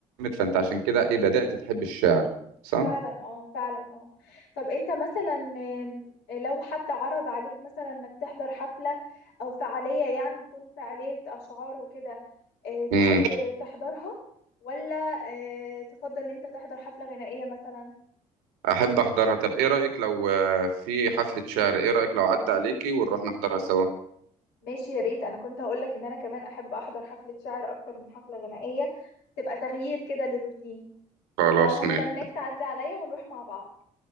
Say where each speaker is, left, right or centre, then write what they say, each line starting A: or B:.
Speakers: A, on the right (about 75°); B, on the left (about 70°).
A: فانت عشان كده ايه بدأت تحب الشعر صح؟
B: فعلا اه فعلا اه طب انت مثلا آم، لو حد عرض عليك مثلا انك تحضر حفلة او فعالية يعني يكون فعالية اشعار وكده آه، تحب
A: مم.
B: تحضرها ولا آه، تفضل ان انت تحضر حفلة غنائية مثلا
A: احب احضرها طب ايه رايك لو آه، في حفله شعر ايه رايك لو عدى عليكي ونروح نحضرها سوا
B: ماشي يا ريت انا كنت هقولك ان انا كمان احب احضر حفلة شعر اكتر من حفلة غنائية تبقى تغيير كده للروتين
A: خلاص
B: فهستناك
A: ماشي
B: تعدي عليا ونروح مع بعض